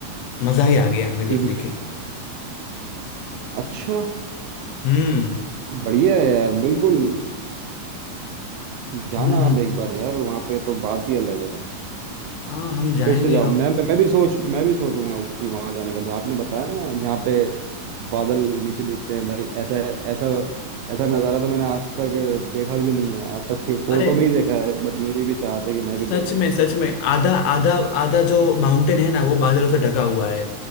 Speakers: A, on the left; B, on the right.
A: मजा ही आ गया हमें देखने
B: हम्म हम्म,
A: के लिए
B: अच्छा
A: हम्म
B: बढ़िया है यार बिल्कुल जाना
A: हम्म हम्म,
B: आप एक
A: हम्म।
B: बार यार वहाँ पे तो बात ही अलग है
A: हाँ हम जाएंगे
B: फिर से जाओ
A: हम
B: मैं मैं मैं भी सोच मैं भी सोचूंगा कि वहां जाने का जहाँ आपने बताया ना जहाँ पे बादल नीचे दिखते हैं भाई ऐसा ऐसा ऐसा नज़ारा तो मैंने आज तक देखा भी नहीं है आज तक फि- फोटो
A: अरे
B: में ही देखा है बट मेरी भी चाहत है कि मैं भी देखूं
A: सच में
B: इधर
A: सच में आधा आधा आधा जो माउंटेन है ना वो बादलों से ढका हुआ है